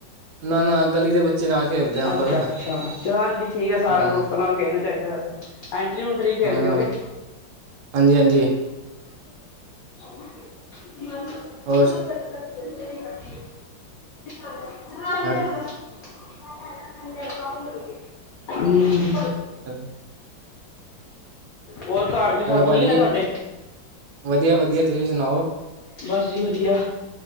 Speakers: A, on the right; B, on the left.
A: ਨਾ ਨਾ ਗਲੀ ਦੇ ਬੱਚੇ ਨਾਲ ਖੇਲਦੇ ਆ ਆਪਾਂ
B: ਅੱਛਾ,
A: ਤਾਂ
B: ਅੱਛਾ, ਚ ਹਾਂਜੀ ਠੀਕ ਹੈ
A: ਹਾਂ
B: ਸਾਰਾ ਦੋਸਤਾਂ ਨਾਲ ਖੇਡਣਾ ਚਾਹੀਦਾ ਵੈਸੇ। ਐਟ੍ਰੀ ਉਟ੍ਰੀ ਖੇਲਦੇ
A: ਹਾਂ
B: ਹੋ ਕੇ?
A: ਹਾਂਜੀ ਹਾਂਜੀ
B: <unintelligible> <unintelligible>
A: ਹੋਔਰ <unintelligible>
B: <unintelligible>
A: ਹਾਂਜੀ।
B: <unintelligible>
A: <unintelligible>
B: ਹੋਰ, ਘਰ
A: ਹੈਲੋ
B: ਚ ਸਭ
A: ਭਾਜੀ
B: ਠੀਕ ਨੇ ਤੁਹਾਡੇ?
A: ਵਧੀਆ ਵਧੀਆ! ਤੁਸੀਂ ਸੁਣਾਓ।
B: ਬਸ ਜੀ ਵਧੀਆ